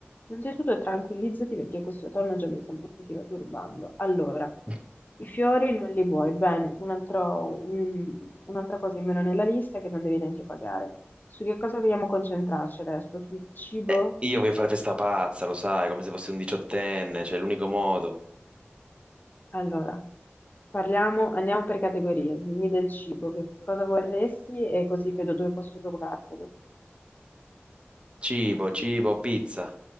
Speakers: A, on the left; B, on the right.
A: innanzitutto tranquillizzati perché questo tono già mi sta un pochino turbando. Allora,
B: <laughs>
A: i fiori non li vuoi, bene, un altro- un- un'altra cosa in meno nella lista che non devi neanche pagare. Su che cosa vogliamo concentrarci adesso? Sul cibo?
B: Eh, io voglio fare festa pazza, lo sai, come se fossi un diciottenne, cioè, è l'unico modo.
A: Allora, parliamo, andiamo per categorie. Dimmi del cibo, che cosa vorresti e così vedo dove posso procurartelo.
B: Cibo, cibo, pizza.